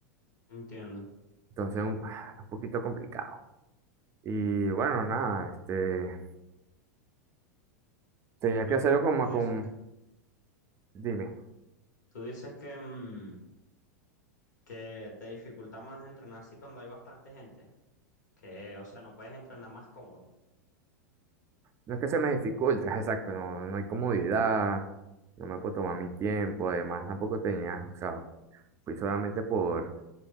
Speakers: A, on the left; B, on the right.
A: Entiendo.
B: Entonces, un, <sighs> un poquito complicado. Y bueno, nada, este, tenía
A: Pero
B: que hacerlo como
A: tú dices,
B: con,
A: que-
B: dime,
A: tú dices que, mm, que te dificulta más entrenar así cuando hay bastante gente. Que, o sea, no puedes entrenar más cómodo.
B: no es que se me dificulte, <laughs> exacto, no, no hay comodidad, no me puedo tomar mi tiempo, además tampoco tenía, o sea, fui solamente por,